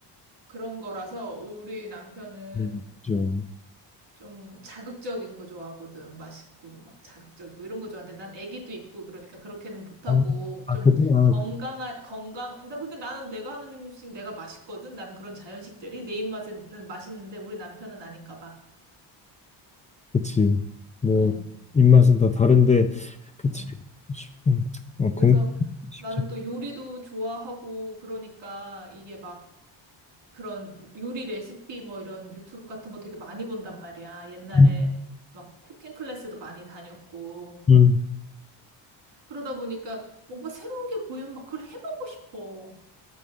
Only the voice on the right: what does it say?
그런 거라서 우리 남편은
좀 자극적인 거 좋아하거든. 맛있고 막 자극적이고 이런 거 좋아하는데 난 애기도 있고 그러니까 그렇게는 못하고
좀
건강한 건강 난 근데 나는 내가 하는 음식 내가 맛있거든. 나는 그런 자연식들이 내 입맛에는 맛있는데 우리 남편은 아닌가 봐.
어.
어.
그래서
나는 또 요리도 좋아하고 그러니까 이게 막 그런 요리 레시피 뭐 이런 유튜브 같은 거 되게 많이 본단 말이야. 옛날에
막 쿠킹 클래스도 많이 다녔고.
그러다 보니까 뭔가 새로운 게 보이면 막 그걸 해보고 싶어.